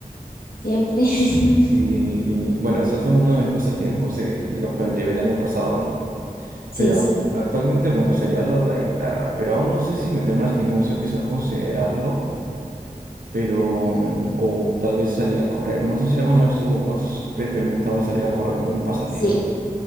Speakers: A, on the left; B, on the right.
A: Siempre. <laughs>
B: Y, y, bueno, eso fue uno de mis pasatiempos, de los cuales llevé el año pasado, ¿no?
A: Sí,
B: Pero
A: sí.
B: actualmente, bueno, sería lo de la guitarra, pero aún no sé si meterme al gimnasio, quizás considerarlo, pero, mm, o tal vez salir a correr. No sé si alguna vez tú has experimentado el salir a correr como un pasatiempo.
A: Sí,